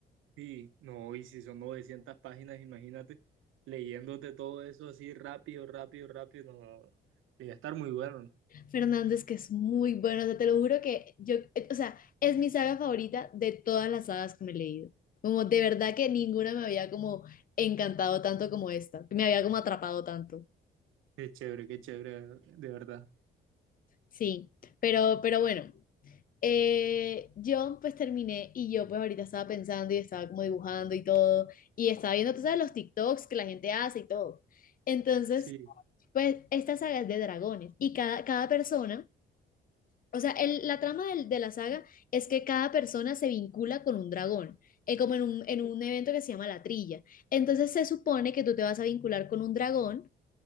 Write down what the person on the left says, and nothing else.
Fernández, que es muy bueno, o sea, te lo juro que yo, eh, o sea, es mi saga favorita de todas las sagas que me he leído. Como de verdad que ninguna me había como encantado tanto como esta, me había como atrapado tanto.
Sí, pero, pero bueno. Eh, yo pues terminé y yo pues ahorita estaba pensando y estaba como dibujando y todo y estaba viendo, tú sabes, los TikToks que la gente hace y todo. Entonces,
pues esta saga es de dragones y cada, cada persona, o sea, el- la trama del- de la saga es que cada persona se vincula con un dragón, eh, como en un, en un evento que se llama la trilla. Entonces se supone que tú te vas a vincular con un dragón